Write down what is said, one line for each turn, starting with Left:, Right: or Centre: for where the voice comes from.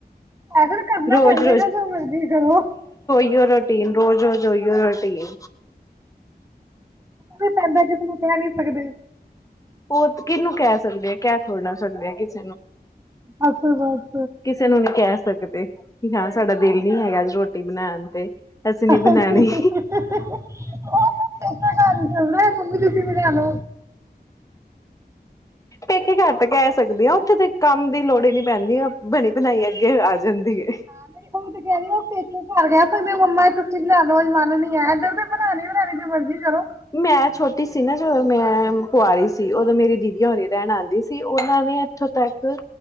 Right: ਐ ਤਾਂ ਕਰਨਾ
Left: ਰੋਜ਼
Right: ਪੈਂਦਾ ਨਾ ਜੋ ਮਰਜ਼ੀ ਕਰੋ
Left: ਯੂਰਰੋਟੀਨ ਰੋਜ਼ੋ ਜੋ ਯਰੋਟੀਨ
Right: ਵੀ ਪੈਂਦਾ ਕਿਸ ਨੂੰ ਕਹਿ ਨਹੀਂੀ ਸਕਦੇ
Left: ਉਹ ਕਿਹਨੂੰ ਕਹਿ ਸਕਦੇ ਆ ਕਿਆ ਥੋੜ੍ਹਾ ਸਕਦੇ ਆ ਕਿਸੇ ਨੂੰ
Right: ਅਸਸ
Left: ਕਿਸੇ ਨੂੰ ਨੀ ਕਹਿ ਸਕਦੇ ਕਿ ਹਾਂ ਸਾਡਾ ਦਿਲ ਨੀ ਹੈਗਾ ਰੋਟੀ ਬਣਾਉਣ ਤੇ ਅਸੀਂ ਨੀ
Right: ਉਹ
Left: ਬਣਾਉਣੀ
Right: ਗ ਚਦਾ ਮੰਮੀ ਤੇ ਮਲ
Left: ਦੇ ਕੇ ਘੱਟ ਕਹਿ ਸਕਦੀ ਹਾਂ ਉੱਥੇ ਤਾਂ ਕੰਮ ਦੀ ਲੋੜ ਹੀ ਨੀ ਪੈਂਦੀ ਆ ਬਣੀ ਬਣਾਈ ਅੱਗੇ ਆ ਜਾਂਦੀ ਹੈ
Right: ਹਾਂ ਮ ਹਣ ਤੇ ਕਹਿਦੀ ਉਹ ਪੇੇ ਘਰ ਗਿਆ ਤਾਂ ਮੰਮਾ ਬਣਾੋ ਮਨ ਨੀਂ ਇੱਧਰ ਤਾਂ ਬਣਾੀ ਵੀ ਲੈਣੀ ਤੇ ਮਰਜ਼ੀ ਕਰੋ
Left: ਮੈਂ ਛੋਟੀ ਸੀ ਨਾ ਜਦੋਂ ਮੈਂ ਕੁਆਰੀ ਸੀ। ਉਦੋਂ ਮੇਰੀ ਦੀਦੀ ਓਰੀਆਂ ਰਹਿਣ ਆਂਦੀ ਸ ਉਹਨਾਂ ਨੇ ਇੱਥੋਂ ਤੱਕ